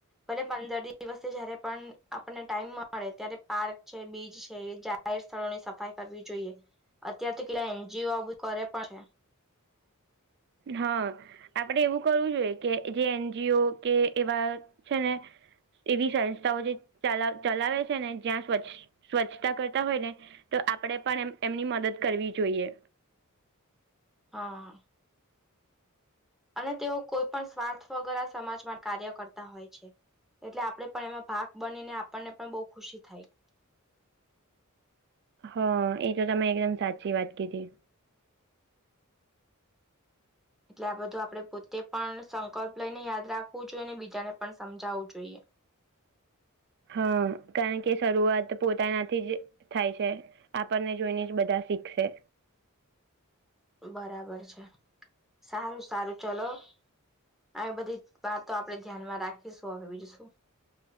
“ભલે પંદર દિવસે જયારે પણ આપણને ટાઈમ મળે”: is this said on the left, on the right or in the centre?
Centre